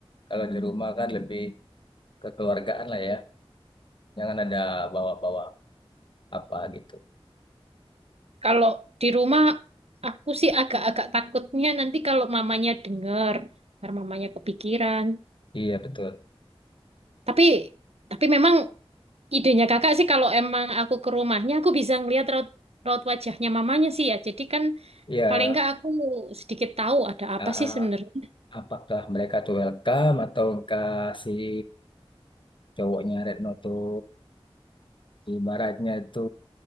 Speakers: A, on the left; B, on the right.
A: kalau di rumah kan lebih kekeluargaan lah ya jangan ada bawa-bawa apa gitu
B: kalau di rumah aku sih agak-agak takutnya nanti kalau mamanya denger, ntar mamanya kepikiran.
A: iya betul
B: Tapi tapi memang Idenya kakak sih kalau emang aku ke rumahnya aku bisa ngelihat raut raut wajahnya mamanya sih ya. Jadi kan
A: iya
B: paling nggak aku sedikit tahu ada apa
A: ah,
B: sih
A: ah,
B: sebenarnya.
A: apakah mereka tuh welcome atau kasih cowoknya Retno tuh ibaratnya itu